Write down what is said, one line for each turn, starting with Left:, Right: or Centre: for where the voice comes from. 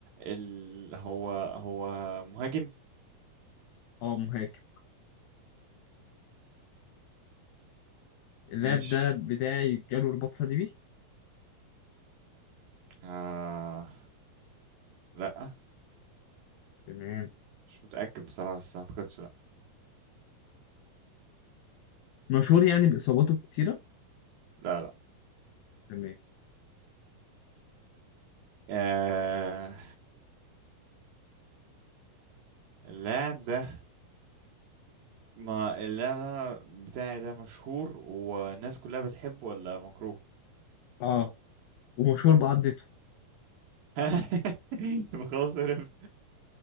Right: ال... هو هو مهاجم
Left: اه مهاجم اللاب
Right: مش
Left: ده بتاعي جاله رباط صليبي
Right: آه... لا
Left: تمام
Right: مش متأكد بصراحة بس ما اعتقدش لا
Left: مشهور يعني بإصاباته الكتيرة
Right: لا لا
Left: تمام
Right: آه... اللاعب ده ما اللعبة بتاعي ده مشهور والناس كلها بتحبه ولا مكروه
Left: اه ومشهور بعضته
Right: <laughs> يبقى خلاص عرفت